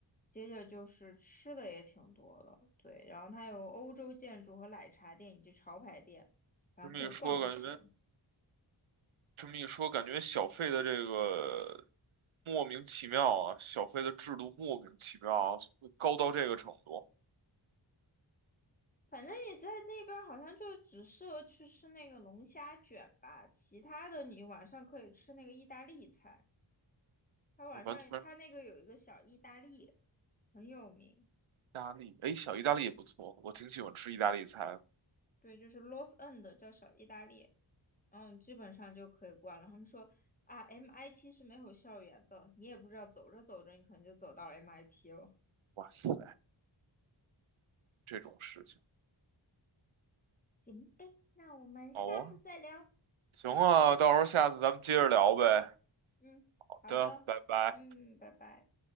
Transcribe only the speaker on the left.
接着就是吃的也挺多的，对。然后它有欧洲建筑和奶茶店以及潮牌店，反正可以逛食。
反正也在那边，好像就只适合去吃那个龙虾卷吧，其他的你晚上可以吃那个意大利菜。它晚上它那个有一个小意大利。
很有名，
对，就是 Los End 叫小意大利，然后你基本上就可以逛了。他们说啊，MIT 是没有校园的，你也不知道，走着走着你可能就走到 MIT 了。
行呗，那我们下次再聊。
嗯，行，
嗯，
好的，
嗯，拜拜。